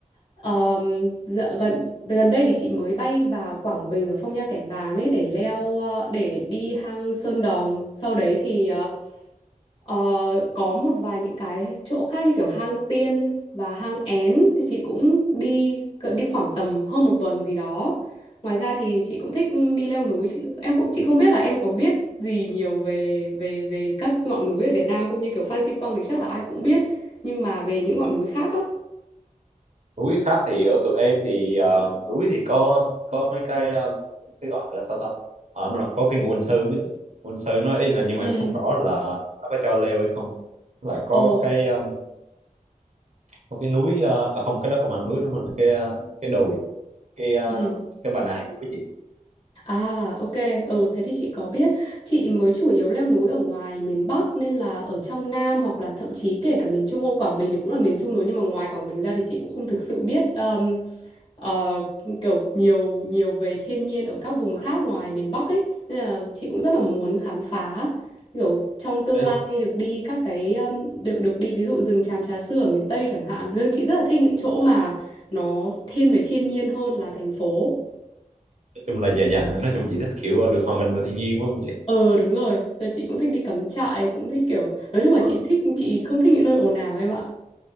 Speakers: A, on the left; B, on the right.
A: Ờm, dạ, gần gần đây thì chị mới bay vào Quảng Bình ở Phong Nha Kẻ Bàng ấy để leo ờ, để đi hang Sơn Đòn. Sau đấy thì ờ, Ờ, có một vài những cái chỗ khác như kiểu hang Tiên và hang Én thì chị cũng đi cỡ đi khoảng tầm hơn một tuần gì đó. Ngoài ra thì chị cũng thích đi leo núi. Chị, em cũng chị không biết là em có biết gì nhiều về về về các ngọn núi ở Việt Nam không như kiểu Phan Xipang thì chắc là ai cũng biết nhưng mà về những ngọn núi khác á.
B: núi khác thì ở tụi em thì ờ, núi thì có có mấy cái ờ, cái gọi là sao ta ở nó có cái nguồn sơn ấy chị nguồn sơn nó ý là nhưng mà
A: Ừ.
B: em không rõ là nó có cho leo hay không Với lại có
A: ồ
B: cái ờ, có cái núi ờ, à không cái đó không phải núi đúng không là cái ờ, cái đồi cái ờ,
A: Ừ.
B: cái bà nà hill của chị
A: À, ok. Ừ, thế thì chị có biết. Chị mới chủ yếu leo núi ở ngoài miền Bắc nên là ở trong Nam hoặc là thậm chí kể cả miền Trung. Ô, Quảng Bình thì cũng là miền Trung rồi nhưng mà ngoài Quảng Bình ra thì chị cũng không thực sự biết um, ờ, kiểu nhiều nhiều về thiên nhiên ở các vùng khác ngoài miền Bắc ấy. Nên là chị cũng rất là muốn khám phá. Kiểu trong tương
B: đấy
A: lai được đi các cái um, được được đi ví dụ rừng tràm Trà Sư ở miền Tây chẳng hạn. Nhưng chị rất là thích những chỗ mà nó thiên về thiên nhiên hơn là thành phố.
B: nói chung là dạ dạ nói chung chị thích kiểu ờ, được hòa mình vào thiên nhiên đúng không chị
A: Ờ đúng rồi, giờ chị cũng thích đi cắm trại, cũng thích kiểu nói chung là
B: Vâng.
A: chị thích chị không thích những nơi ồn ào em ạ.